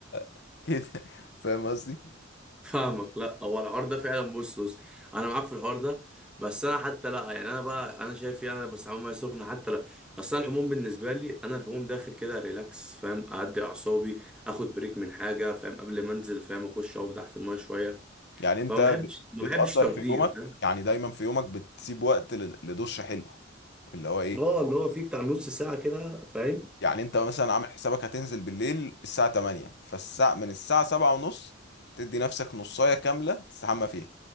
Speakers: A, on the left (about 60°); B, in the centre.
A: <laughs> كده فاهم قصدي
B: فاهمك لا هو الحوار ده فعلا بص بص انا معاك في الحوار ده بس انا حتى لا يعني انا بقى انا شايف يعني انا بستعمل ميه سخنه حتى لا اصل أنا الحموم بالنسبه لي انا الحموم داخل كده ريلاكس فاهم اهدي اعصابي اخد بريك من حاجه فاهم قبل ما انزل فاهم اخش اقف تحت الميه شويه
A: يعني انت
B: فما بحبش
A: بت-
B: ما
A: بتقدر
B: بحبش تقدير
A: في يومك
B: فاهم
A: يعني دايما في يومك بتسيب وقت لل- لدش حلو اللي هو ايه
B: اه اللي هو فيه بتاع نص ساعه كده فاهم
A: يعني انت مثلا عامل حسابك هتنزل بالليل الساعة 8 فالساعة من الساعة 7 ونص تدي نفسك نصاية كاملة تستحمى فيها